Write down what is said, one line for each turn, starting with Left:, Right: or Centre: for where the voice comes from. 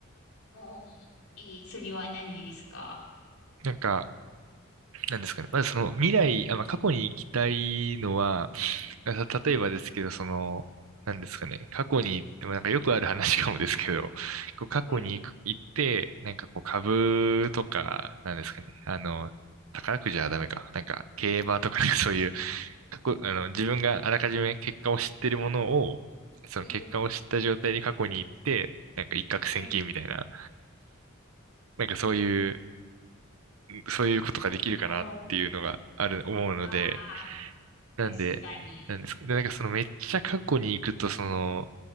Left: おー、えーそれは何でですか
Right: なんか、なんですかね。まずその未来、あ、まあ、過去に行きたいのは、た、
Left: はい、
Right: 例えばですけど、その、なんですかね。過去に行ってもなんかよくある話かもですけど、こう過去に行く、
Left: はい、
Right: 行って、なんかこう株とか、なんですかね。あの、宝くじはダメか。なんか競馬とか、なんかそういう過去、あの、自分があらかじめ結果を知ってるものを、その結果を知った状態に過去に行って、
Left: うん。
Right: なんか一攫千金みたいな、
Left: はい。
Right: なんかそういう、そういうことができるかなっていうのがある、
Left: あー
Right: 思うので、
Left: あ
Right: なんで、
Left: ー、確かに。
Right: なんですけど、なんかそのめっちゃ過去に行くと、その、